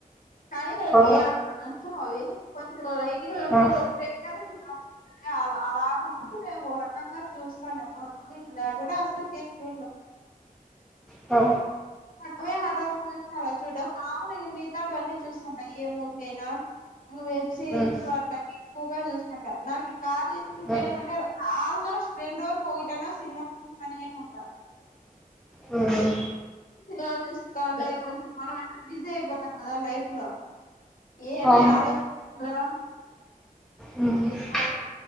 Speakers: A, on the left (about 70°); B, in the centre.
A: కానీ నాకి
B: ఓ
A: నచ్చవు అవి కొంచెం లేటింగ్ వచ్చి
B: ఆ
A: ప్రేమకథ చిత్రం ఉంటుందే అలాగా ఉంటుంది కానీ ఓ రకం ఆ చూస్తాను అపుడపుడు ఇప్పుడు లేకుంటే అసల్ కి ఎమ్ చూడను
B: ఆ
A: అవే హారర్ మూవీస్ అలా చూడం మాము మితావన్నీ చూస్తాంటా ఎ మూవి నేనా ఇంగ వెబ్ సిరీస్
B: హ్మ్
A: అట్లా ఎక్కువగా చూస్తుంట నాకి కాని <unintelligible>
B: హ్మ్
A: ఆ ఫ్కోర్స్ రెండ్రోజులకు ఒకటైన సినిమా అనేం ఉండ
B: మ్మ్
A: రోజు చూస్తంటే కొంచెం మనం బిజీ అయిపోతాం కదా లైఫ్ లో ఏమి
B: అవును
A: ఆలోచనార
B: హ్మ్
A: ఏదోటి